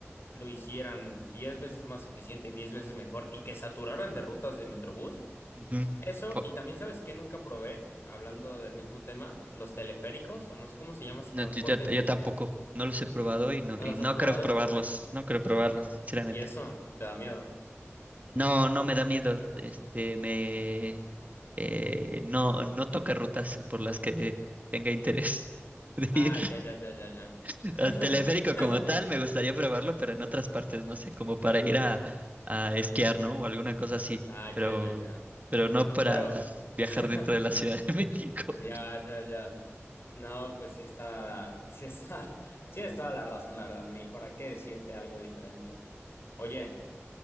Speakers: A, on the left; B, on the right.
A: lo hicieran 10 veces más eficiente y 10 veces mejor y que saturaran de rutas de Metrobús.
B: Ujú.
A: Eso,
B: Oh,
A: y también sabes que nunca probé, hablando del mismo tema, los teleféricos, o no sé cómo se llama ese
B: no,
A: transporte
B: yo, ya-
A: que
B: yo tampoco, no los he probado
A: mm,
B: y no,
A: no
B: y
A: los
B: no
A: has probado
B: creo probarlos, no creo probarlos, sinceramente.
A: y eso te da miedo.
B: No, no me da miedo, este, me... eh, no, no toca rutas por las que tenga interés <laughs> de
A: Ah,
B: ir.
A: ya, ya, ya, ya, ya.
B: <laughs>
A: <laughs>
B: El teleférico como tal, me gustaría probarlo, pero en otras partes, no sé, como para ir a, a esquiar, ¿no? O alguna cosa así,
A: Ah,
B: pero,
A: ya, ya, ya.
B: pero no para
A: Pero
B: viajar
A: <laughs>
B: dentro de la Ciudad de <laughs> México.
A: Ya, ya, ya. No, pues sí está, sí está, <laughs> sí es toda la razón, la verdad, ni para qué decirte algo diferente. Oye,